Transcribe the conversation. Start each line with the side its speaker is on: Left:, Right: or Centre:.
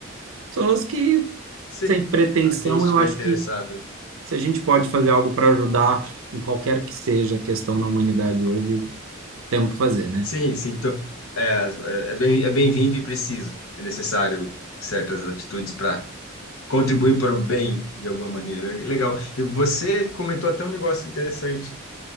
Right: Pessoas que,
Left: sim.
Right: sem pretensão,
Left: A quem estiver
Right: eu acho
Left: interessado.
Right: que se a gente pode fazer algo para ajudar em qualquer que seja a questão na humanidade hoje, temos que fazer, né?
Left: Sim, sim. Então, é, é é bem, é bem-vindo e preciso. É necessário certas atitudes para contribuir para o bem de alguma maneira. Legal. E você comentou até um negócio interessante,